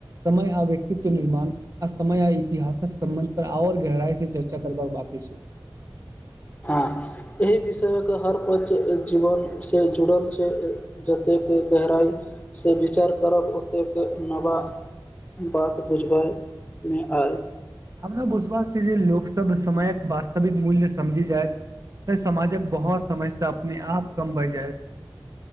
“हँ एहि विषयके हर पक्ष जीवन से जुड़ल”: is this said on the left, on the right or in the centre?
Left